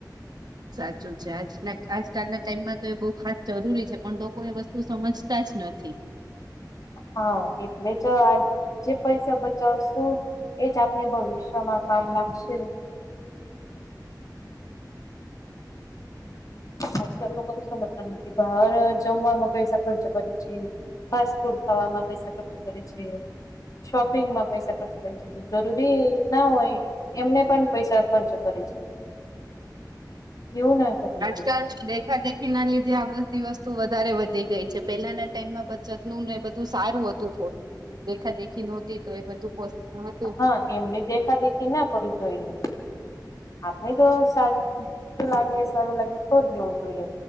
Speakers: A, on the right; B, on the left.
A: સાચું છે આજ આજકાલના ટાઈમમાં તો એ બહુ ખાસ જરૂરી છે પણ લોકો એ વસ્તુ સમજતા જ નથી.
B: હા, એટલે જો આ જે પૈસા બચાવશું એજ આપને ભવિષ્યમાં કામ લાગશે. આજકાલ લોકો તો સમજતા નથી બહાર જમવામાં પૈસા ખર્ચ કરે છે, ફાસ્ટ ફૂડ ખાવામાં પૈસા ખર્ચો કરે છે, શોપિંગમાં પૈસા ખર્ચો કરે છે. જરૂરી ના હોય એમને પણ પૈસા ખર્ચ કરે છે. એવું ના કરવું
A: આજ
B: જોઈએ
A: કાલ દેખા દેખી ના લીધે આ બધી વસ્તુ વધારે વધી ગઈ છે, પેલા ના ટાઈમમાં બચત નું ને એ બધું સારું હતું. થોડું દેખા દેખી નહોતી તો એ બધું પો <unintelligible> હતું
B: હા એમની દેખા દેખી ના કરું જોઈએ આપણે તો સા સારૂ લાગે સારું લાગે તો જ લેવું જોઈએ